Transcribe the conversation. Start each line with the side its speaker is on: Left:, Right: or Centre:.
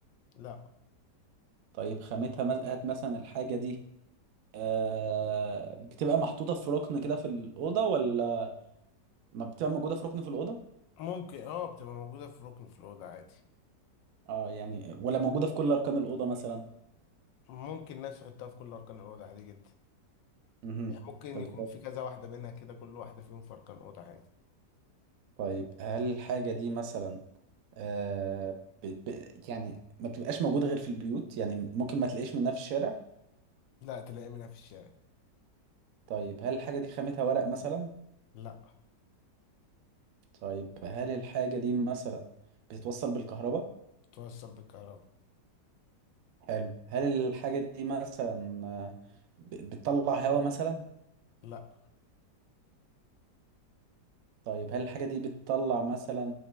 Left: لا
Right: طيب خامتها مز- هات مثلا الحاجة دي آه بتبقى محطوطة في ركن كده في الأوضة ولا ما بتبقى موجودة في ركن في الأوضة
Left: ممكن اه بتبقى موجودة في ركن في الأوضة عادي
Right: اه يعني ولا موجودة في كل أركان الأوضة مثلا
Left: ممكن الناس تحطها في كل أركان الأوضة عادي جدا
Right: مهم.
Left: يعني ممكن
Right: طب
Left: يكون في كذا واحدة منها كده كل واحدة فيهم في أركان أوضة عادي
Right: طيب هل الحاجة دي مثلا آه ب... ب... يعني ما بتبقاش موجودة غير في البيوت يعني ممكن ما تلاقيش منها في الشارع
Left: لا تلاقي منها في الشارع
Right: طيب هل الحاجة دي خامتها ورق مثلا
Left: لا
Right: طيب هل الحاجة دي مثلا بتتوصل بالكهرباء
Left: توصل بالكهرباء
Right: حلو هل الحاجة دي مثلا آه، ب... بتطلع هواء مثلا
Left: لا
Right: طيب هل الحاجة دي بتطلع مثلا